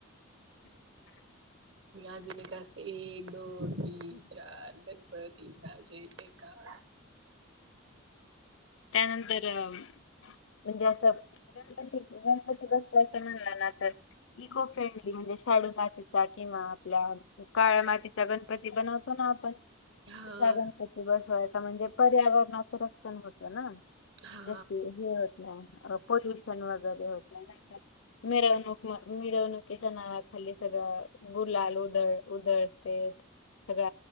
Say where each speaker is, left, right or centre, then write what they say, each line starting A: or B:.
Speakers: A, on the left (about 70°); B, on the right (about 65°).
A: <inaudible>
B: आजून एक असत एक दोन तीन चार गणपतीचा हा जय जयकार
A: त्यानंतर अ म्हणजे असं गणपती, गणपती बसवायच म्हणलं ना तर इको फ्रेंडली, म्हणजे शाडू मातीचा किंवा आपल्या काळ्या मातीचा गणपती बनवतो ना आपण
B: हा
A: तसा गणपती बसवायचा म्हणजे पर्यावरणाचं रक्षण होत ना.
B: हा
A: जस हे होत नाही. पोल्युशन वगैरे होत नाही नाही काय मिरवणूक मिरवणुकीच्या नावाखाली सगळं गुलाल उधळ उधळते. सगळ